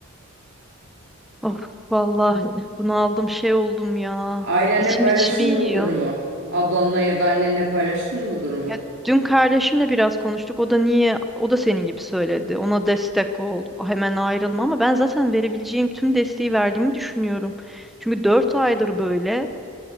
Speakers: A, in the centre; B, on the right.
A: Of vallahi bunaldım şey oldum ya.
B: Ailenle
A: İçim
B: paylaştın
A: içimi yiyor.
B: mı bu durumu? Ablanla ya da annenle paylaştın mı bu durumu?
A: Ya dün kardeşimle biraz konuştuk. O da niye, o da senin gibi söyledi. Ona destek ol, hemen ayrılma ama ben zaten verebileceğim tüm desteği verdiğimi düşünüyorum. Çünkü 4 aydır böyle.